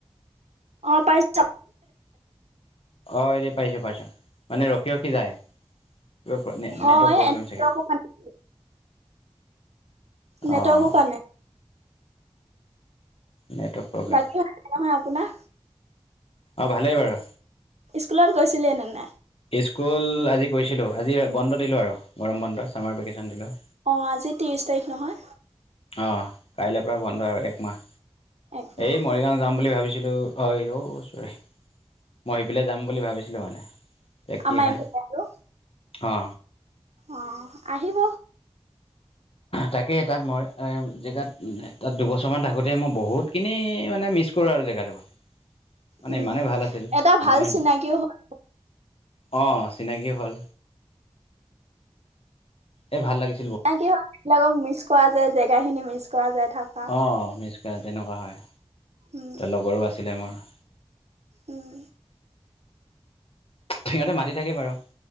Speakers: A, on the right; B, on the left.
A: অ পাই <inaudible>
B: অ এৰি পাইছো পাইছো মানে ৰখি ৰখি যায়। নেট
A: অ
B: নেটৱৰ্ক
A: এই
B: প্ৰবলেম
A: নেটৱৰ্কৰ
B: চাগে।
A: কাৰণে নেটৱৰ্ক
B: অঁ
A: কাৰণে
B: নেটৱৰ্ক প্ৰব্লেম
A: বাকী নহয় আপোনাৰ
B: অ ভালেই বাৰু।
A: স্কুলত গৈছিলে নে নাই
B: স্কুল আজি গৈছিলো। আজি বন্ধ দিলোঁ আৰু গৰম বন্ধ ছামাৰ ভেকেশ্যন দিলোঁ।
A: অ আজি ত্ৰিশ তাৰিখ নহয়।
B: অঁ কাইলৈৰ পৰা বন্ধ আৰু একমাহ,
A: একমাহ
B: এই মৰিগাঁও যাম বুলি ভাবিছিলোঁ অ মই সেইফেলে যাম বুলি ভাবিছিলোঁ মানে। এক কি
A: আমাৰ
B: হয়?
A: এইফালে আৰু
B: অ।
A: অ আহিব।
B: তাকে তাত মই জেগাত তাত দুবছৰমান থাকোঁতে মই বহুতখিনি মানে মিছ জেগাটো মানে,
A: উম
B: ইমানে ভাল আছিল,
A: এটা
B: যি
A: ভাল
B: মানে
A: চিনাকিও হ'ল
B: অ চিনাকিও হল। এই ভাল লাগিছে।
A: ন কি হয় সেইবিলাকক মিছ কৰা যায় জেগা খিনি মিছ কৰা যায়। থাকা
B: অ মিচ তেনেকুৱা হয়,
A: উম
B: লগৰো আছিলে মোৰ।
A: উম।
B: সিহঁতে মাতি থাকে বাৰু।